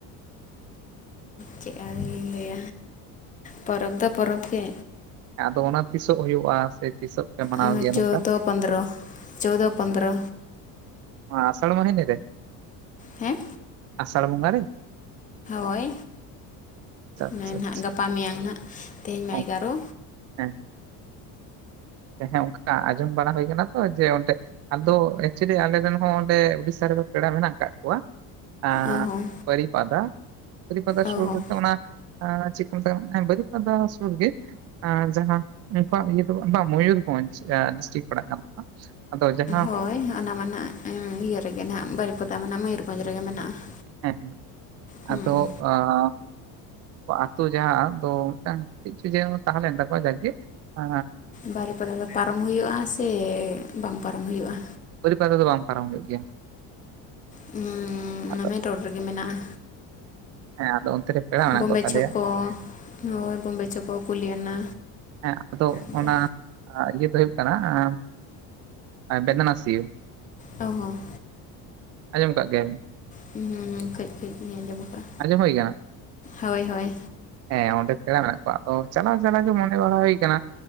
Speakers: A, on the left (about 20°); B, on the right (about 40°).
A: ᱪᱮᱫ ᱟᱫᱩᱧ ᱞᱟᱹᱭ ᱯᱚᱨᱚᱵᱽ ᱫᱚ ᱯᱚᱨᱚᱵᱽ ᱜᱮ
B: ᱟᱫᱚ ᱚᱱᱟ ᱛᱤᱥᱚᱜ ᱦᱩᱭᱩᱜᱼᱟ ᱥᱮ ᱛᱤᱥᱚᱜ ᱯᱮ ᱢᱟᱱᱟᱣ
A: ᱟᱸ
B: ᱜᱮᱭᱟ
A: ᱪᱳᱫᱚ
B: ᱱᱚᱝᱠᱟ
A: ᱯᱚᱱᱫᱨᱚ, ᱪᱳᱫᱚ ᱯᱚᱱᱫᱨᱚ
B: ᱟᱥᱟᱲ ᱢᱚᱦᱤᱱᱤ ᱨᱮ?
A: ᱦᱮᱸ
B: ᱟᱥᱟᱲ ᱵᱚᱸᱜᱟ ᱨᱮ
A: ᱦᱚᱭ
B: ᱟᱪᱪᱷᱟ
A: ᱱᱮ
B: ᱟᱪᱪᱷᱟ
A: ᱱᱟᱜ
B: ᱟᱪᱪᱷᱟ
A: ᱜᱟᱯᱟ ᱢᱮᱭᱟᱝ ᱱᱟᱜ ᱛᱮᱦᱮᱧ ᱢᱟ
B: ᱚ
A: ᱮᱜᱟᱨᱚ
B: ᱦᱮᱸ ᱦᱮᱸ ᱚᱱᱠᱟ ᱟᱸᱡᱚᱢ ᱵᱟᱲᱟ ᱦᱩᱭ ᱟᱠᱟᱱᱟ ᱛᱚ ᱡᱮ ᱚᱰᱮ ᱟᱫᱚ ᱮᱠᱪᱩᱭᱮᱞᱤ ᱟᱞᱮ ᱨᱮᱱ ᱦᱚᱸ ᱚᱸᱰᱮ ᱩᱰᱤᱥᱟ ᱨᱮᱫᱚ ᱯᱮᱲᱟ ᱢᱮᱱᱟᱜ ᱠᱟᱜ ᱠᱚᱣᱟ ᱟ
A: ᱚ ᱦᱚᱸ
B: ᱵᱟᱨᱤᱯᱟᱫᱟ ᱵᱟᱨᱤᱯᱟᱫᱟ ᱥᱩᱨ
A: ᱚ ᱦᱚᱸ
B: ᱨᱮᱜᱮ ᱚᱱᱟ ᱮ ᱪᱮᱫ ᱠᱚ ᱢᱮᱛᱟᱜ ᱟ ᱵᱟᱨᱤᱯᱟᱫᱟ ᱥᱩᱨ ᱜᱮ ᱡᱟᱦᱟᱸ ᱩᱱᱠᱩᱣᱟᱜ ᱤᱭᱟᱹ ᱫᱚ ᱵᱟᱝ ᱢᱚᱭᱩᱨᱵᱷᱚᱸᱧᱡᱽ ᱰᱤᱥᱴᱤᱠ ᱯᱟᱲᱟᱜ ᱠᱟᱱ ᱛᱟᱠᱚᱣᱟ ᱟᱫᱚ ᱡᱟᱦᱟᱸ
A: ᱦᱳᱭ ᱚᱱᱟ ᱢᱟ ᱱᱟᱜ ᱤᱭᱟᱹ ᱨᱮᱜᱮ ᱱᱟᱜ ᱵᱟᱹᱨᱤᱯᱟᱫᱟ ᱢᱟᱱᱮ ᱢᱚᱭᱩᱨᱵᱷᱚᱸᱡᱽ ᱨᱮᱜᱮ ᱢᱮᱱᱟᱜᱼᱟ
B: ᱦᱮᱸ ᱦᱮᱸ
A: ᱦᱮᱸ
B: ᱟᱫᱚ ᱟ ᱟᱛᱳ ᱡᱟᱦᱟᱸ ᱫᱚ ᱢᱤᱫᱴᱟᱝ ᱪᱮᱫ ᱡᱮᱱᱚ ᱛᱟᱦᱮᱸ ᱞᱮᱱ ᱛᱟᱠᱚᱣᱟ ᱡᱟᱠᱜᱮ ᱮ
A: ᱵᱟᱨᱤᱯᱟᱫᱟ ᱫᱚ ᱯᱟᱨᱚᱢ ᱦᱩᱭᱩᱜᱼᱟ ᱥᱮ ᱵᱟᱝ ᱯᱟᱨᱚᱢ ᱦᱩᱭᱩᱜᱼᱟ
B: ᱵᱟᱹᱨᱤᱯᱟᱫᱟ ᱫᱚ ᱵᱟᱝ ᱯᱟᱨᱚᱢ ᱦᱩᱭᱩᱜ ᱜᱮᱭᱟ
A: ᱦᱩᱸ
B: ᱟᱫᱚ
A: ᱚᱱᱟ ᱢᱮᱱ ᱨᱳᱰ ᱨᱮᱜᱮ ᱢᱮᱱᱟᱜᱼᱟ
B: ᱦᱮᱸ ᱟᱫᱚ ᱚᱱᱛᱮ ᱨᱮ ᱯᱮᱲᱟ ᱢᱮᱱᱟᱜ
A: ᱵᱳᱢᱵᱮ
B: ᱠᱚ ᱛᱟᱞᱮᱭᱟ
A: ᱪᱷᱳᱠᱚ ᱦᱳᱭ ᱵᱳᱢᱵᱮ ᱪᱷᱚᱠᱚ ᱠᱩᱞᱤᱭᱟᱱᱟ
B: ᱦᱮᱸ ᱟᱫᱚ
A: ᱚᱱᱠᱟ
B: ᱚᱱᱟ ᱤᱭᱟᱹ ᱫᱚ ᱦᱩᱭᱩᱜ ᱠᱟᱱᱟ ᱮ ᱵᱮᱫᱟᱱᱟ ᱥᱤᱭᱟ.
A: ᱚ ᱦᱚᱸ
B: ᱟᱸᱡᱚᱢ ᱠᱟᱫ ᱜᱮᱭᱟ ᱵᱤᱱ
A: ᱦᱩ ᱠᱟᱹᱡᱼ ᱠᱟᱹᱡ ᱤᱧ ᱟᱸᱡᱚᱢ ᱟᱠᱟᱜᱼᱟ
B: ᱟᱸᱡᱚᱢ ᱦᱩᱭ ᱠᱟᱱᱟ
A: ᱦᱚᱭ ᱦᱚᱭ
B: ᱦᱮᱸ ᱚᱸᱰᱮ ᱯᱮᱲᱟ ᱢᱮᱱᱟᱜ ᱠᱚᱣᱟ ᱟᱫᱚ ᱪᱟᱞᱟᱣ ᱪᱟᱞᱟᱣ ᱜᱮ ᱢᱚᱱ ᱦᱳᱭ ᱠᱟᱱᱟ